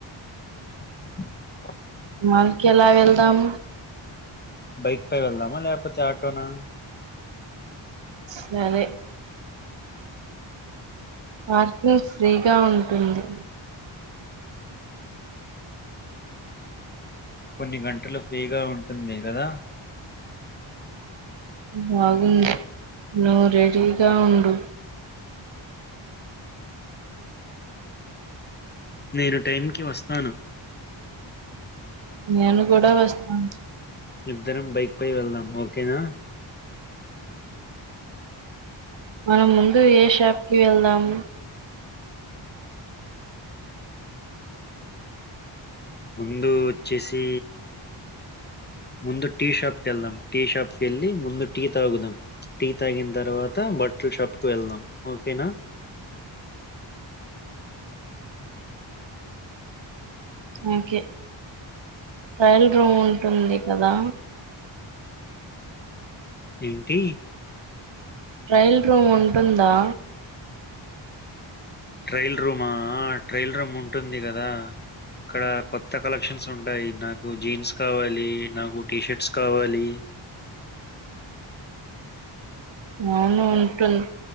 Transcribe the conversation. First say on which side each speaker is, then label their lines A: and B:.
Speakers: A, on the left (about 20°); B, on the right (about 60°).
A: ఉహు
B: మళ్కి ఎలా వెళ్దాం
A: బైక్ పై వెళ్దామా లేకపోతే ఆటోనా
B: సరె పార్కింగ్ ఫ్రీగా ఉంటుంది
A: కొన్ని గంటలు ఫ్రీగా ఉంటుంది కదా
B: బాగుంది నువ్వు రెడీగా ఉండు
A: నేను టైంకిి వస్తాను
B: నేను కూడా వస్తాను
A: ఇద్దరం బైక్ పై వెళ్దాం ఓకేనా
B: మనం ముందు ఏ షాప్కి వెళ్దాం
A: ముందు వచ్చేసి ముందు టీ షాప్ కి వెళ్దాం టీ షాప్ కి వెళ్ళి ముందు టీ తాగుదాం టీ తాగిన తర్వాత బట్టలు షాప్ కు వెళ్దాం ఓకేనా
B: ఓకే ట్రయల్ రూమ్ ఉంటుంది కదా
A: ఏంటి
B: ట్రైల్ రూమ్ ఉంటుందా
A: ట్రైల్ రూమా ఆ ట్రైల్ రూమ్ ఉంటుంది కదా అక్కడ కొత్త కలెక్షన్స్ ఉంటాయి నాకు జీన్స్ కావాలి నాకు టీషర్ట్స్ కావాలి
B: అవును ఉంటుంది